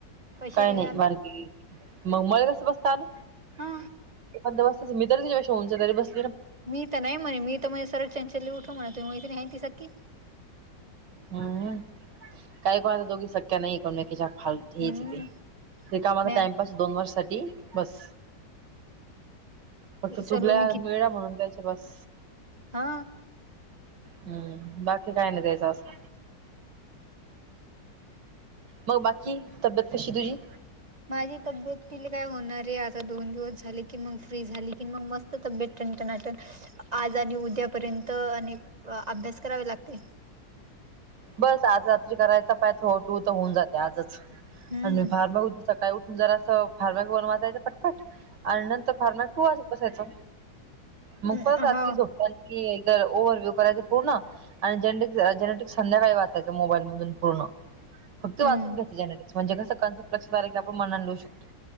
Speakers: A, on the right; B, on the right.
A: पैसे
B: काय
A: दिले
B: नाही
A: आम्ही
B: मारगी मग मला कसं बसतल
A: हा
B: अ बसता मी तरी जव्हाशी उंच तरी बस.
A: मी तर नाही म्हणे मी तर म्हणजे सरळ चंचलली उठव म्हणा तुही माैत नाहीती सक्ी
B: हम्म काही कोणाचा दोघी शक्या नाही करण किच्या फाल हेचथे
A: हम्म
B: तर कामला
A: म्या
B: टाइमपास दोन वर्ष सा बस. फक्त चुकल्या
A: सलोनी कि
B: मिेळा म्हणून त्यायच्या बस.
A: हा
B: हम्म बाकी काय नाही दयचं असं. मग बाकी तब्येत कशी तुझी
A: माझी तब्येत तिले काय होणार आहे आता दोन दिवस झाले की मग फ्री झाली कि मग मस्त तब्येतटनाटन आज आणि उद्यापर्यंत आणि अभ्यास करावे लागते.
B: बस आज रात्री करायचा पाहिचट हो तर होऊन जाते आजच
A: हम्म
B: आणि फार्ग हो सकाळी उठून जरा असं फार्ग घेऊन वाजायचं पटपट. आणि नंतर फार माग ठू वा असत असायचं.
A: हो
B: मग परत रात्री झोत की एक ओव्हरव्ह्यू करायच पूर्ण आणि ज जट. संध्याकाळी वाचायचं मोबाईल मधून पूर्ण फक्त वाचून
A: हम्म
B: घ्यायचं जेनेटिक्स म्हणजे कसं कन्सेप्ट. लक्ष तारीख आप मनडू शको.